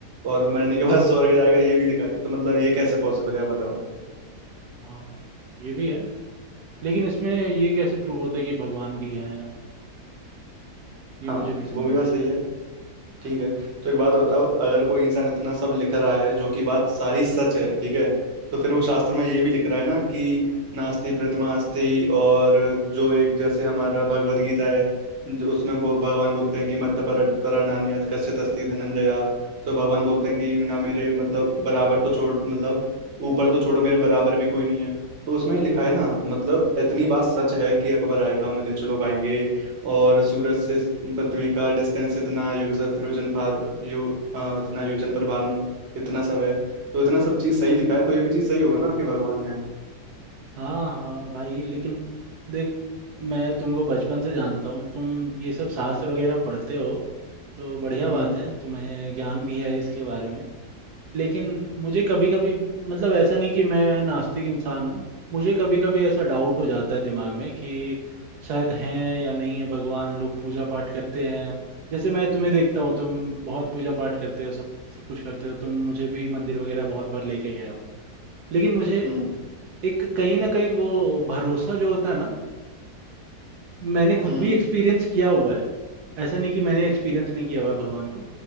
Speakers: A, on the right (about 45°); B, on the right (about 75°).
A: और मरने के बाद स्वर्ग जाएगा ये भी लिखा है तो मतलब ये कैसे पॉसिबल है आप बताओ
B: हाँ ये भी है लेकिन इसमें ये कैसे प्रूव होता है कि भगवान भी हैं ये
A: हाँ
B: मुझे नहीं समझ
A: वो भी
B: में
A: बात
B: आया
A: सही है ठीक है तो एक बात बताओ अगर कोई इंसान इतना सब लिख रहा है जो कि बात सारी सच है ठीक है तो फिर वो शास्त्र में ये भी लिख रहा है ना कि नास्ति प्रथमास्ति और जो एक जैसे हमारा भगवत गीता है जो उसमें वो भगवान बोलते हैं कि मत्त पर तरा नान्यत कश्चित अस्ति धनंजया तो भगवान बोलते हैं कि ना मेरे मतलब बराबर तो छोड़ मतलब ऊपर तो छोड़ो मेरे बराबर भी कोई नहीं है तो उसमें ही लिखा है ना मतलब इतनी बात सच है कि अकबर आएगा मलेच्छ लोग आएंगे और सूरज से पृथ्वी का डिस्टेंस इतना युग सहस्त्र योजन पार यो अ, इतना योजन पर भानु इतना सब है तो इतना सब चीज सही लिखा है तो ये भी चीज सही होगा ना कि भगवान है
B: हाँ हाँ भाई लेकिन देख मैं तुमको बचपन से जानता हूँ तुम ये सब शास्त्र वगैरह पढ़ते हो तो बढ़िया
A: हम्म
B: बात है तुम्हें ज्ञान भी है इसके बारे में लेकिन मुझे कभी कभी मतलब ऐसा नहीं कि मैं नास्तिक इंसान हूँ मुझे कभी कभी ऐसा डाउट हो जाता है दिमाग में कि शायद हैं या नहीं है भगवान लोग पूजा पाठ करते हैं जैसे मैं तुम्हें देखता हूँ तुम बहुत पूजा पाठ करते हो सब सब कुछ करते हो तुम मुझे भी मंदिर वगैरह बहुत बार लेके गए हो लेकिन मुझे
A: हम्म
B: एक कहीं ना कहीं वो भरोसा जो होता है ना मैंने खुद
A: हम्म
B: भी एक्सपीरियंस किया हुआ है ऐसा नहीं कि मैंने एक्सपीरियंस नहीं किया हुआ है भगवान को